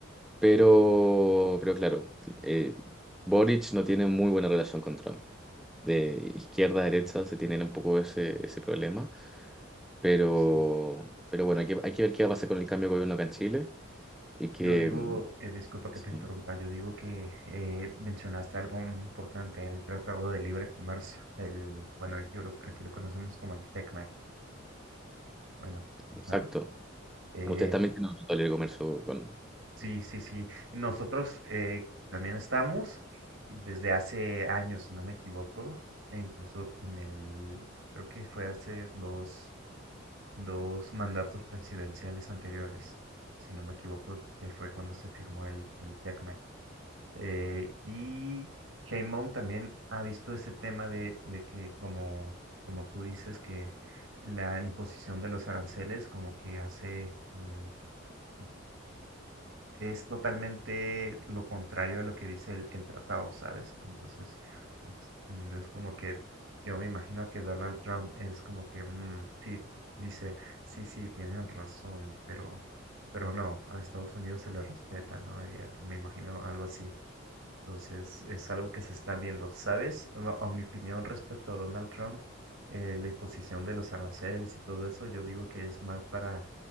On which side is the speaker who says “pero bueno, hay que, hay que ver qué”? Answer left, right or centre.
Centre